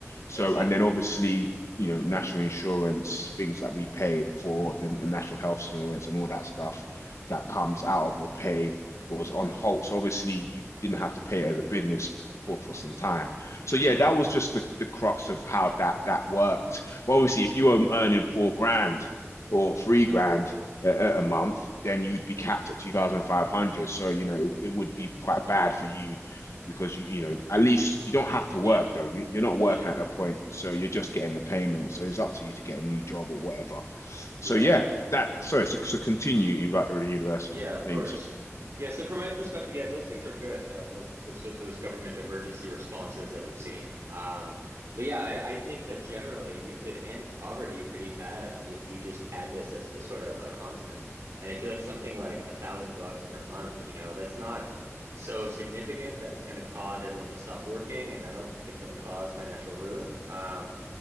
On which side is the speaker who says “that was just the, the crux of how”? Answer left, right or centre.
Left